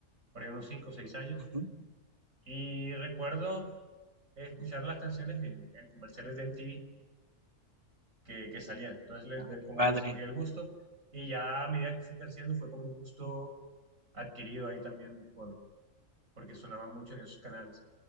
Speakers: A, on the right; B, on the right.
A: por ahí unos 5 o 6 años.
B: ujú.
A: Y recuerdo eh, escuchar las canciones en, en comerciales de MTV que, que salían. Entonces, les-
B: Ah,
A: les-
B: qué
A: como
B: padre.
A: que les cogí el gusto. Y ya a medida que fui creciendo, fue como un gusto adquirido ahí también por, porque sonaba mucho en esos canales.